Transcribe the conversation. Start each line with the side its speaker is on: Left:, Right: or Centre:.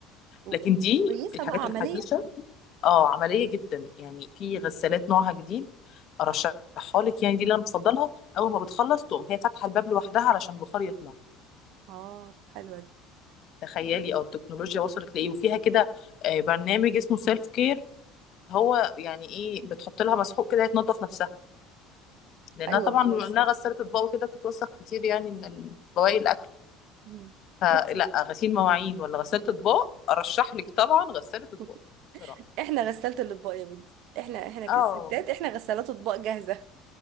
Right: و-
Left: لكن دي
Right: وكويسه
Left: الحاجات
Right: بقى عمليه
Left: الحديثة اه عملية جدا يعني في غسالات نوعها جديد ارشحها لك يعني دي اللي انا بفضلها اول ما بتخلص تقوم هي فاتحة الباب لوحدها علشان البخار يطلع
Right: اه طب حلوه دي
Left: تخيلي اه التكنولوجيا وصلت لايه وفيها كده آه، برنامج اسمه سيلف كير هو يعني ايه بتحط لها مسحوق كده يتنضف نفسها لانها
Right: ايوه
Left: طبعا بما
Right: نفس
Left: انها غسالة اطباق وكده بتتوسخ كتير يعني من بواقي الاكل
Right: مم.
Left: فلا
Right: بس
Left: غسيل مواعين ولا غسالة اطباق ارشح لك طبعا غسالة اطباق
Right: <laughs>
Left: بصراحة
Right: احنا غسالة الاطباق يا بنتي احنا احنا كستات
Left: اه
Right: احنا غسالات اطباق جاهزه